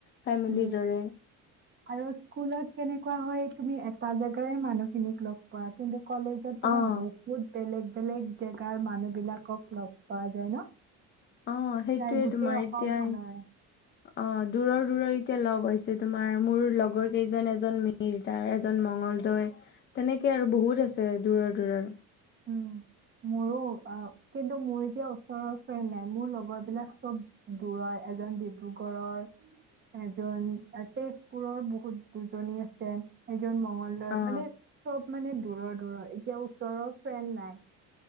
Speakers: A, on the left; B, on the right.
A: ফেমিলিৰ
B: উম
A: দৰে।
B: আৰু স্কুলত কেনেকুৱা হয় তুমি এটা জেগাৰে মানুহখিনিক লগ পোৱা কিস্ত কলেজত তোমাৰ
A: অ
B: বহুত বেলেগ বেলেগ জেগাৰ মানুহ বিলাকক লগ পোৱা যায় ন।
A: অ সেইটোৱে
B: প্ৰায় গোটেই
A: তোমাৰ
B: অসমখনৰে
A: এতিয়াই অ দূৰৰ দূৰৰ এতিয়া লগ হৈছে তোমাৰ মোৰ লগৰ কেইজন এজন মিৰ্জাৰ, এজন মঙলদৈ, তেনেকে আৰু বহুত আছে দূৰৰ দূৰৰ।
B: উম মোৰো অ কিন্ত মোৰ এতিয়া ওচৰৰ ফ্ৰেণ্ড নাই মোৰ লগৰ বিলাক চব দূৰৰ এজন ডিব্ৰুগড়ৰ, এজন অ তেজপুৰৰ <unintelligible> <unintelligible> দুজনি আ <unintelligible> <unintelligible> এজন মংগলদৈ
A: অ
B: মানে চব মানে দূৰৰ, দূৰৰ এতিয়া ওচৰৰ ফ্ৰেণ্ড নাই।